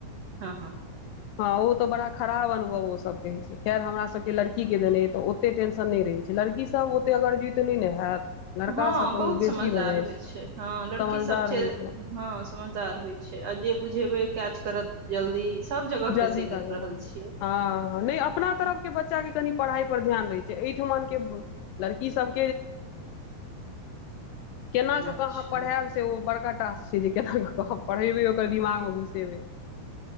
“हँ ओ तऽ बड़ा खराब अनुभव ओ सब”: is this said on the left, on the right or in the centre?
Left